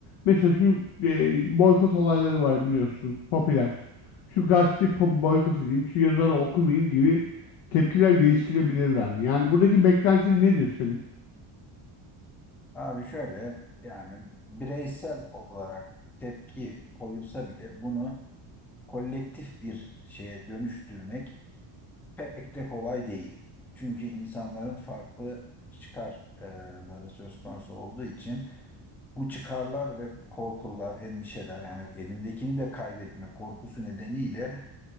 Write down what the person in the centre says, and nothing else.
Abi şöyle yani bireysel olarak tepki koyulsa bile bunu kolektif bir şeye dönüştürmek pek de kolay değil. Çünkü insanların farklı çıkarları söz konusu olduğu için Bu çıkarlar ve korkular, endişeler yani elindekini de kaybetme korkusu nedeniyle